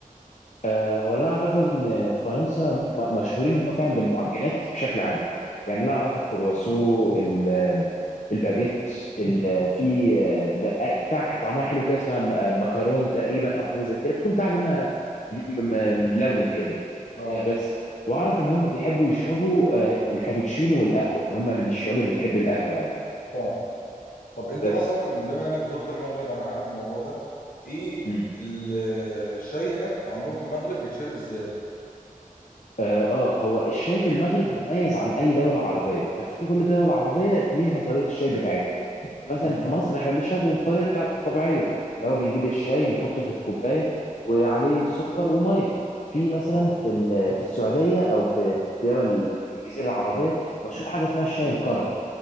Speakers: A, on the left; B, on the left.
A: آه، هو اللي اعرفه ان في فرنسا م- مشهورين هم فعلا بالمعجنات بشكل عام يعني اللي اعرفه الكرواسو ال- الباجيت ال- في آه، بقى- بتاع طعمها حلو كده اسمها م- مكرون تقريبا او حاجه زي كده بتكون بتاع لونها م- م- ملون كده
B: اه
A: آه، بس واعرف ان هم بيحبوا يشربوا آه، الكابتشينو والقهوه ان هم من الشعوب اللي بتحب القهوه يعني
B: فاهم طب أنت
A: بس
B: مثلا بما إنك زرت المغرب أنا عارف الموضوع ده إيه
A: مم.
B: ال- الشاي هناك عندهم في المغرب بيتشرب إزاي؟
A: اه آه، هو الشاي في المغرب مميز عن اي دوله عربيه ففي كل دوله عربيه ليها طريقه الشاي بتاعتها فمثلا
B: امم
A: في مصر احنا بنشربه بالطريقه التع- الطبيعيه اللي هو بنجيب الشاي نحطه في الكوبايه وعليه سكر وميه في مثلا
B: اه
A: في ال- في السعوديه او في في الدول الجزيره العربيه مشهور حاجه اسمها الشاي الكرك